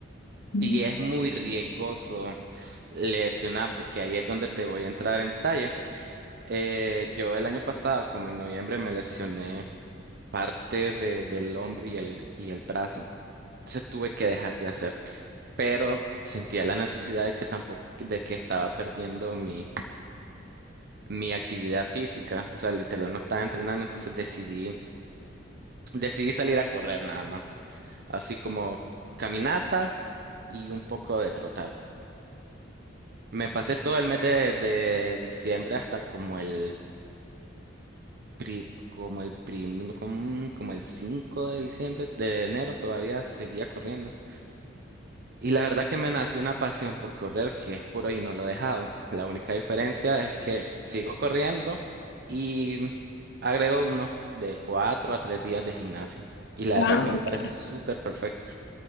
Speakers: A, on the left (about 60°); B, on the right (about 55°).
A: Mm.
B: y es muy riesgoso lesionarte, que ahí es donde te voy a entrar en detalle. Eh, yo el año pasado, como en noviembre, me lesioné parte de, del hombro y el, y el brazo. Entonces tuve que dejar de hacer pero sentía la necesidad de que tampoco, de que estaba perdiendo mi, mi actividad física, o sea, literal no estaba entrenando, entonces decidí, decidí salir a correr nada más, así como caminata y un poco de trotar. Me pasé todo el mes de, de diciembre hasta como el pri- como el prim- como, como el 5 de diciembre, de enero todavía seguía corriendo. Y la verdad que me nació una pasión por correr que es por hoy y no lo he dejado. La única diferencia es que sigo corriendo y agrego unos de cuatro a tres días de gimnasio. Y la
A: Ah,
B: verdad que me
A: ok,
B: parece súper perfecto.